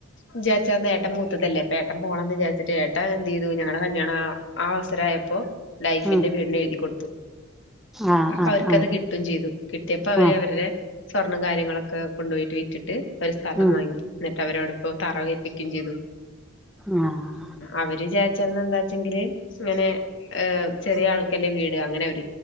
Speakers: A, on the left (about 60°); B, in the centre.
A: വിചാരിച്ച ഏട്ട മൂത്തതല്ലേ അപ്പ ഏട്ടൻ പോകണംന്ന് വിചാരിച്ചട്ട് ഏട്ടൻഎന്ത് ചെയ്തു ഞങ്ങളടെ കല്യാണ ആ അവസരായപ്പോ ലൈഫിന്റെ
B: ഉം
A: വീടിന് എഴുതി കൊടുത്തു.
B: ആഹ്
A: അപ്പൊ
B: ആഹ്
A: അവർക്ക്ത്
B: ആഹ്
A: കിട്ടും ചെയ്തു കിട്ടിയപ്പോ അവര്
B: ആഹ്
A: അവരുടെ സ്വർണം കാര്യങ്ങളൊക്കെ കൊണ്ടുപോയിട്ട് വിറ്റിട്ട്. ഒരു സ്ഥലം
B: ഉം
A: വാങ്ങി എന്നിട്ട് അവരോട്ഇപ്പോ തറ വക്ക്പ്പിയും ചെയ്തു.
B: ആഹ.
A: അവര്ചാരിച്ചന്ന് എന്താ വച്ചെങ്കില് ഇങ്ങനെ ചെറിയ ആൾക്കല്ലെ വീട് അങ്ങനെ അവർ